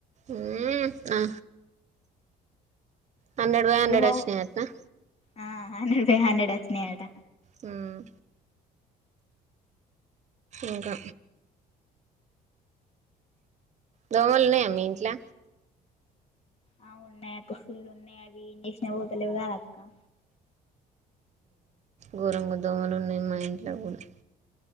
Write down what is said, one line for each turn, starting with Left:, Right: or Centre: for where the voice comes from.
Right: మ్మ్ ఆ హండ్రెడ్ బై హండ్రెడ్
Left: ఇగ హోమ్
Right: వచ్చినాయి అంటాన
Left: ఆ హండ్రెడ్ బై హండ్రెడ్ వచ్చినయి అంట
Right: మ్మ్ ఇంకా దోమలున్నా మీంట్లో
Left: ఆ ఉన్నాయా ఫుల్ ఉన్నాయా అవి ఇంజెక్షన్ ఏం చేసిన పోతలే అక్క
Right: ఘోరంగ దోమలు ఉన్నాయి మా ఇంట్లో కూడా